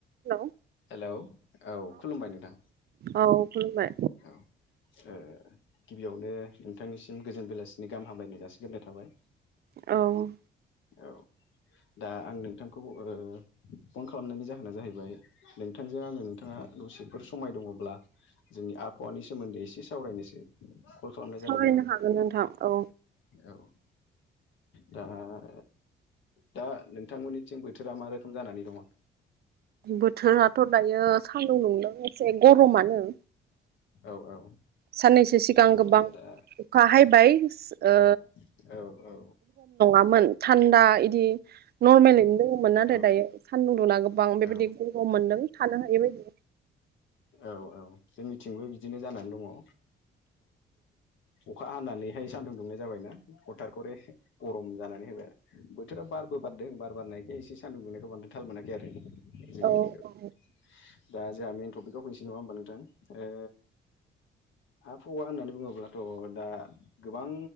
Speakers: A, on the right; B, on the left.
A: Hello
B: hello औ खुलुमबाय नोंथां
A: औ खुलुमबाय
B: औ ओ गिबियावनो नोंथांनिसिम गोजोन बेलासि नि गाहाम हामलायनाय जासिगोरनाय थाबाय
A: औ
B: औ दा आं नोंथांखौ ओ फन खालामनायनि जाहोना जाहैबाय नोंथांजों आङो नोंथाङा आ दसेफोर समाय दङ'ब्ला जोंनि आबहावानि सोमोन्दै एसे सावरायनोसै कल खालामनाय
A: सावरायनो
B: जादोंमोन आरो
A: हागोन नोंथां औ
B: औ दा ओ दा नोंथांमोननिथिं बोथोरा मा रोखोम जानानै दङ'
A: बोथोराथ' दायो सान्दुं दुंदों एसे गरमानो
B: औ औ
A: साननैसो सिगां
B: उम
A: गोबां
B: दा
A: अखा हायबाय ओ
B: औ औ औ
A: ओ मोन थान्दा इदि नर्मेलयैनो दोङोमोन नाथाय
B: औ
A: दायो सान्दुं दुंना गोबां बेबायदि
B: औ
A: गरम मोनदों थानो हायै बायदि
B: औ औ जोंनिथिंबो बिदिनो जानानै दङ' ओ अखा हानानैहाय सान्दुं दुंनाय जाबायना हरथात खरे गरम जानानै होबाय आरो बोथोरा बारबो बारदों बार बारनाय बे एसे सान्दुं दुंनायखौ बांद्राय थाल मोनाखै आरो दिनैनिखौ
A: औ औ
B: दा जोंहा मेन थपिकआव फैनोसै नङा होमबा नोंथां ओ आबहावा होननानै बुङोब्लाथ' दा गोबां